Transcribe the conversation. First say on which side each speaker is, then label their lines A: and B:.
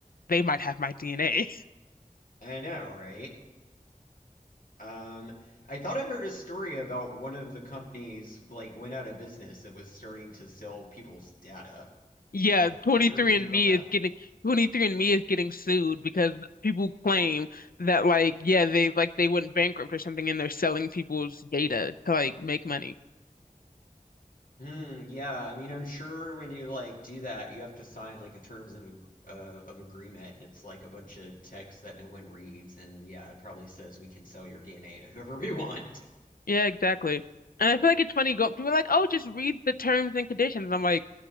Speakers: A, on the left; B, on the left.
A: they might have my DNA.
B: I know, right? Um, I thought I heard a story about one of the companies like went out of business that was starting to sell people's data.
A: Yeah,
B: Is,
A: 23
B: have you heard anything
A: and
B: about
A: me
B: that?
A: is getting 23 and me is getting sued because people claim that like yeah, they like they went bankrupt or something and they're selling people's data to like make money.
B: Hmm, yeah, I mean, I'm sure when you like do that, you have to sign like a terms of ag- uh, of agreement. It's like a bunch of text that no one reads, and yeah, it probably says we can sell your DNA to whoever we want.
A: Yeah, exactly. And I feel like it's funny go people are like, "Oh, just read the terms and conditions." I'm like,